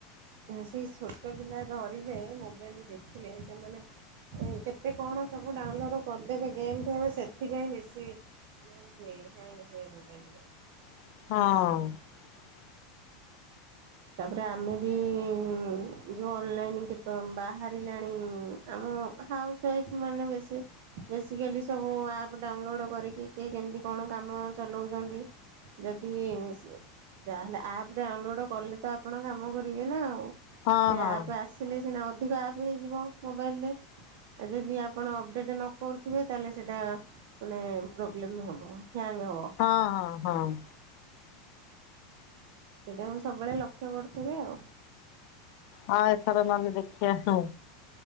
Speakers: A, on the right (about 55°); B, on the left (about 55°).
A: ସେଇ ଛୋଟ ପିଲା ଧରିଲେ ମୋବାଇଲ ଦେଖିଲେ ସେମାନେ କେତେ କଣ ସବୁ ଡାଉନଲୋଡ଼ କରିଦେବେ ଗେମ୍ ଫେମ ସେଥିପାଇଁ ବେଶି <unintelligible> ହୁଏ ହ୍ୟାଙ୍ଗ ହୁଏ ମୋବାଇଲ ଗୁଡା।
B: ହଁ।
A: ତାପରେ ଆମେ ବି ଉଁ ଯଉ ଅନଲାଇନ୍ କେତେବେଳେ ବାହାରିଲାଣି ଆମ ହାଉସ୍ ୱାଇଫ ମାନେ ବେଶି ବେଶିକାଲି ସବୁ ଆପ ଡାଉନଲୋଡ କରିକି କିଏ କେମିତି କଣ କାମ ଚଲଉ କହୁଚନ୍ତି ଯଦି ସ ଯାହାହେଲେ ଆପ ଡାଉନ ଲୋଡ କଲେତ ଆପଣ କାମ <unintelligible>
B: ହଁ
A: ସେ
B: ହଁ
A: ଆପ୍
B: ହଁ
A: ଆସିଲେ ସିନା ଅଧିକ ଆପ୍ ହେଇଯିବ ମୋବାଇଲରେ ଆ ଯଦି ଆପଣ ଅପଡ଼େଟ୍ ନ କରୁଥିବେ ତାହେଲେ ସେଇଟା ମାନେ ପ୍ରୋବ୍ଲେମ୍ ହେବ। ହ୍ୟାଙ୍ଗ ହବ।
B: ହଁ ହଁ।
A: ସେଇଟାକୁ ସବୁବେଳେ ଲକ୍ଷ୍ୟ କରୁଥିବି ଆଉ।
B: ହଁ ଏଥର ନହେଲେ ଦେଖିଆ ହୁଁ।